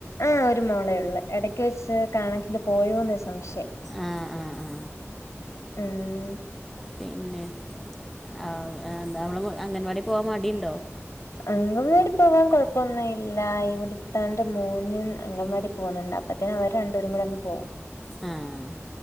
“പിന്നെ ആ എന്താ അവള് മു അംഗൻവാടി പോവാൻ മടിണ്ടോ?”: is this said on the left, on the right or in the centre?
Centre